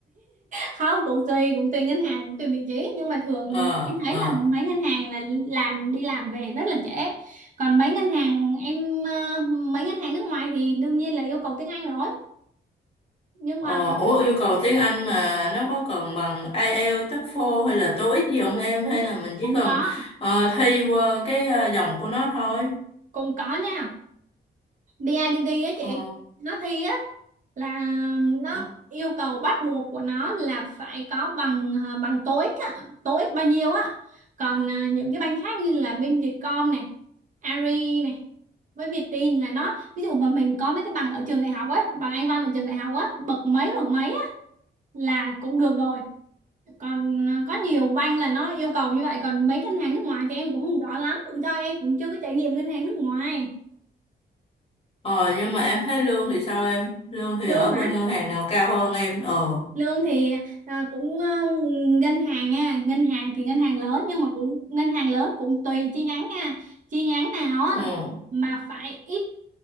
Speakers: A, on the right (about 45°); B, on the left (about 30°).
A: không cũng tùy cũng tùy ngân hàng cũng tùy vị trí nhưng mà thường
B: Ờ,
A: em thấy
B: ờ.
A: là mấy ngân hàng là làm đi làm về rất là trễ còn mấy ngân hàng em ờ, mấy ngân hàng nước ngoài thì đương nhiên là yêu cầu tiếng Anh rồi nhưng
B: Ờ,
A: mà
B: ủa yêu cầu tiếng Anh mà nó có cần bằng IELTS, TOEFL hay là TOEIC gì không em?
A: cũng
B: Hay là mình
A: cũng
B: chỉ cần
A: có
B: ờ, thi qua cái ờ, dòng của nó thôi?
A: cũng có nha bê I BIDV á chị
B: Ờ.
A: nó thi á là
B: ờ.
A: nó yêu cầu bắt buộc của nó là phải có bằng à, bằng TOEIC á, TOEIC bao nhiêu á. Còn à, những cái banh khác như là bên Vietcom này, Ari này với Vietin là nó ví dụ mà mình có mấy cái bằng ở trường đại học á, bằng Anh văn ở trường đại học á, bậc mấy bậc mấy á là cũng được rồi. Còn à, có nhiều banh là nó yêu cầu như vậy, còn mấy ngân hàng nước ngoài thì em cũng không rõ lắm, do em cũng chưa có trải nghiệm ngân hàng nước ngoài.
B: Ờ nhưng mà em thấy lương thì sao em? Lương thì
A: Lương
B: ở bên ngân hàng nào cao hơn em? Ờ.
A: lương thì à, cũng à, ngân hàng nha ngân hàng thì ngân hàng lớn nhưng mà cũng ngân hàng lớn cũng tùy chi nhánh nha chi nhánh nào á
B: Ừ.
A: mà phải ít